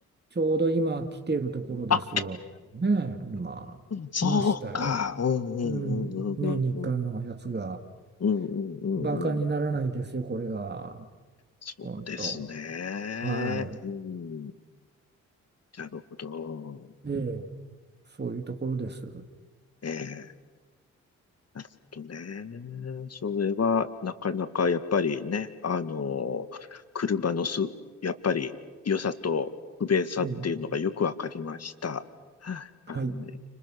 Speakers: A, on the right; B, on the left.
A: ちょうど今来てるところですよ。
B: あ、
A: ねえ、今、
B: そうか。
A: 来ましたよ。
B: うんうんうんうんうんうん。
A: うん、年に1のやつが、
B: うんうんうんうん。
A: バカにならないですよ、これが。
B: そうですね。
A: 本当。は
B: うん。なるほど。
A: い。ええ、そういうところです。
B: ええなるほどね。それは、なかなかやっぱりね、あの、車のす、やっぱり良さと不便さっていうのがよくわかりました。
A: うん。
B: は
A: はい。
B: い。